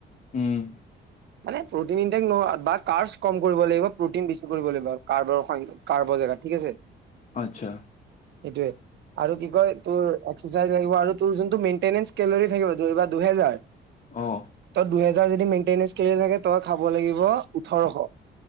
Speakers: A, on the left; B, on the right.
A: উম।
B: মানে প্ৰ'টিন ইনটেক নহয়, বা কাৰ্বচ কম কৰিব লাগিব প্ৰটিন বেছি কৰিব লাগিব কাৰ্বৰ সং, কাৰ্বৰ জেগাত। ঠিক আছে?
A: আচ্ছা
B: সেইটোৱে। আৰু কি কয় তোৰ এক্সাৰচাইজ লাগিব আৰু তোৰ যোনটো মেইনটেনেঞ্চ কেলৰি থাকিব, দুহেজাৰ
A: অ'
B: তই দুহেজাৰ যদি মেইনটেনেঞ্চ কেল'ৰি থাকে, তই খাব লাগিব ওঠৰশ